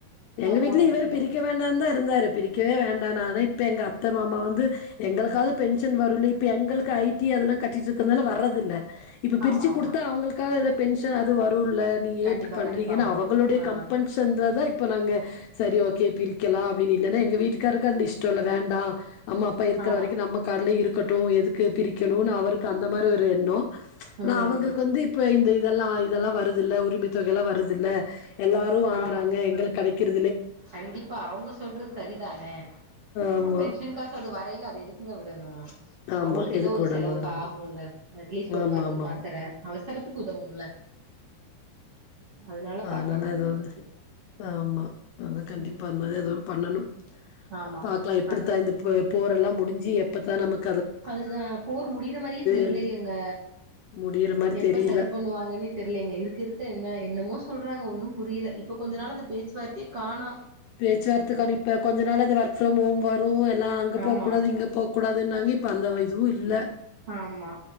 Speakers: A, on the left; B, on the right.
A: எங்க வீட்ல
B: போட முடியல
A: இவரு பிரிக்க வேண்டான் தா இருந்தாரு பிரிக்கவே வேண்டானாரு இப்ப எங்க அத் த்த மாமா வந்து எங்களுக்காவது பென்ஷன் வருனு இப்போ எங்களுக்கு ஐ டி அதெல்லா கட்டிட்டுக்கிறதுனால வரதில்ல இப்ப பிரிச்சு
B: ஆமா ஆமா
A: கொடுத்தா அவங்களுக்காது எத பென்ஷன் அது வ ரூல்ல நீங்க
B: கண்டிப்பா
A: ஏ எப்டி பண்றீங்கன்னா
B: கண்டிப்பா வரு
A: அவங்களுடைய
B: ஆ
A: கம்பன்சன்ட்ரத இப்ப நாங்க சரி ஓகே பிரிக்கலா அப்டின்னு இல்லைன்னா எங்க வீட்டுக்காரருக்கு அதுல இஷ்டோ இல்ல வேண்டா அம்மா அப்பா இருக்கற
B: ஆமா
A: வரைக்கு நம்ம கால்ல இருக் கட்டு எதுக்கு பிரிக்கணுனு அவருக்கு அந்த மாரி ஒரு எண்ணம்
B: ம்
A: ஆனா அவங்களுக்கு வந்து இப்ப இந்த இதெல்லா இதெல்லா வ ரதில்ல உரிமை தொகையல்லா வரதில்ல எல்லாரு வாங்குறாங்க
B: ஆமா
A: எங்களுக்கு கெடைக்கற
B: கண்டிப்பா அவங்க சொல்றது சரிதானே நம்ம
A: ஆமா
B: பென்ஷன் காசு அது வரயில அத எதுக்குங்க விடணு
A: ஆமா
B: அவங்களுக்கு
A: எதுக்கு
B: ஏதோ ஒரு
A: விடணு
B: செலவுக்கு
A: அதனால
B: ஆகுல்ல அட்லீஸ்ட் ஒரு
A: ஆமா
B: மருந்து
A: ஆமா
B: மாத்தர அவசரத்துக்கு உதவும்ல அதனால
A: ஆஹ்
B: பாக்குற
A: நல்ல
B: மாதிரி
A: ஏதாவது
B: இருக்கு
A: ஆமா அதா கண்டிப்பா
B: ம்
A: அந்த மாரி எதா பண்ணணு
B: ஆமா
A: பாக்கலா எப்படி
B: பண்றது
A: தா இந்த ப போ போர் எல்லா முடிஞ்சு எப்பதா நமக்
B: அதுதா போர் முடியற மாரியே தெரியலயேங்க
A: என் முடியிற மாரி
B: எப்ப
A: தெரியல
B: சரி பண்ணுவாங்கன்னே தெர்லங்க இருக்கு இருக்க என்ன என்ன மோ சொல்றாங்க ஒன்னும் புரியல இப்ப கொஞ்ச நாள் அந்த பேச்சுவார்த்தையே காணா
A: பேச்சுவார்த்தக்கான இப்ப கொஞ்ச நாள் அந்த ஒர்க் ஃப்ரம் ஹோம் வரு எல்லா அங்க
B: ஆமா
A: போ கூடாது இங்க போக் கூடாதுன்னாங்க இப்போ அந்த இதுவு இல்ல
B: ஆமா